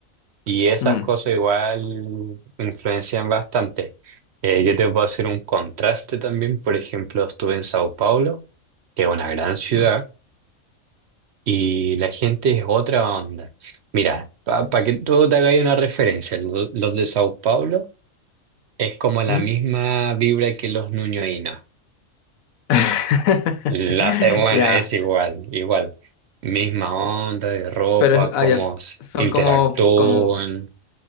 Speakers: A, on the right; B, on the left.
A: Y esas
B: Mm,
A: cosas igual influencian bastante. Eh, yo te puedo hacer un contraste también. Por ejemplo, estuve en Sao Paulo, que es una gran ciudad,
B: ya.
A: y la gente es otra onda. Mira, para que todo te haga ahí una referencia, lo- los de Sao Paulo es como la
B: Mm.
A: misma vibra que los ñuñoínos.
B: <laughs>
A: La, eh, bueno,
B: Ya.
A: es igual, igual. Misma onda de ropa,
B: Pero, es- ah,
A: cómo
B: ya,
A: s-
B: son
A: interactúan.
B: como, como,